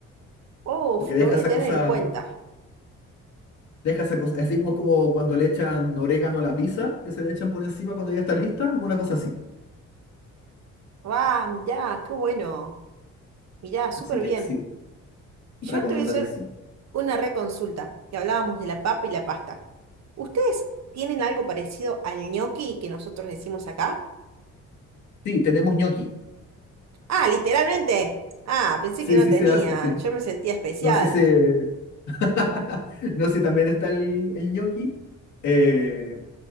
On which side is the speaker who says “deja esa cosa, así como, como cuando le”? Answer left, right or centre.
Left